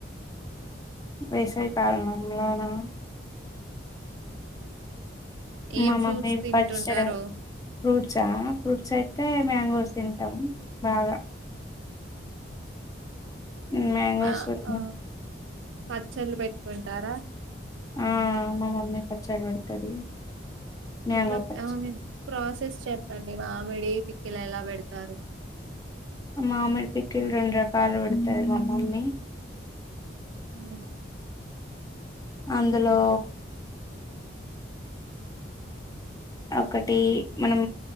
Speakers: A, on the left; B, on the right.
A: వేసవి కాలంలో నా
B: ఏం
A: మా
B: ఫ్రూట్స్
A: మమ్మీ
B: తింటుంటారు
A: పచ్చడ ఫ్రూట్సా. ఫ్రూట్స్ అయితే మ్యాంగోస్ తింటాము బాగా. ఉ మ్యాంగోస్
B: మా
A: ఉ.
B: ఆ పచ్చళ్ళు పెట్టుకుంటారా.
A: ఆమ్ మా మమ్మీ పచ్చడి పెడతది. మ్యాంగో
B: ఎట్లా
A: పచ్చడి
B: ఐ మీన్ ప్రాసెస్ చెప్పండి మామిడి ప ఎలా ఎలా పెడతారు.
A: మామిడి పికెలు రెండ రకాలు పెడతాది మమ్మీ.
B: ఉ
A: అందులో ఒకటి మనం